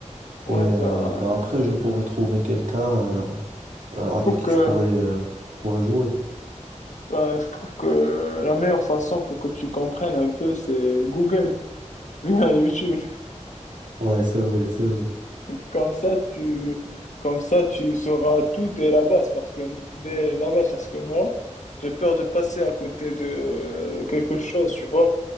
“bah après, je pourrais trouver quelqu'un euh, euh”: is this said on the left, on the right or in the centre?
Right